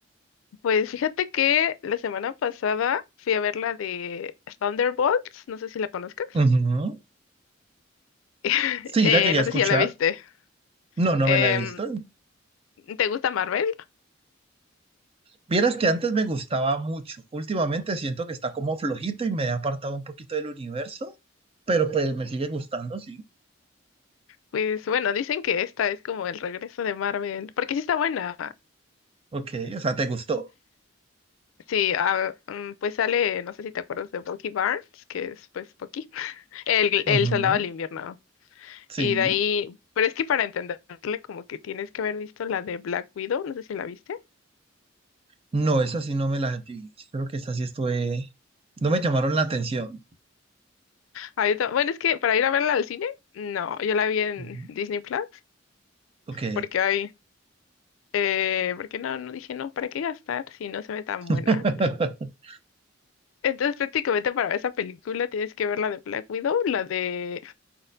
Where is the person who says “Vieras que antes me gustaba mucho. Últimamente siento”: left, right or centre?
Right